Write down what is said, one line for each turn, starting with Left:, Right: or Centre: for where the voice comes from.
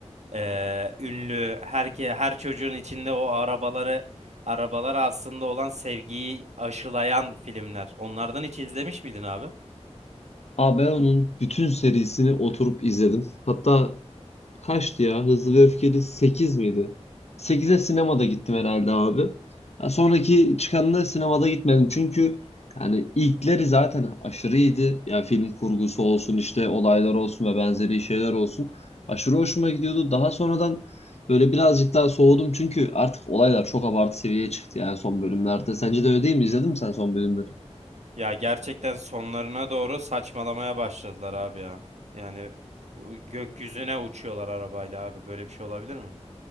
Right: Ee, ünlü herke, her çocuğun içinde o arabaları arabalara aslında olan sevgiyi aşılayan filmler. Onlardan hiç izlemiş miydin abi?
Left: Aa ben onun bütün serisini oturup izledim. Hatta kaçtı ya? Hızlı ve Öfkeli 8 miydi? 8'e sinemada gittim herhalde abi. Ya sonraki çıkanına sinemada gitmedim. Çünkü yani ilkleri zaten aşırı iyiydi. Yani film kurgusu olsun işte olaylar olsun ve benzeri şeyler olsun. Aşırı hoşuma gidiyordu. Daha sonradan böyle birazcık daha soğudum. Çünkü artık olaylar çok abartı seviyeye çıktı yani son bölümlerde. Sence de öyle değil mi? İzledin mi sen son bölümleri?
Right: Ya gerçekten sonlarına doğru saçmalamaya başladılar abi ya. Yani gökyüzüne uçuyorlar arabayla abi. Böyle bir şey olabilir mi?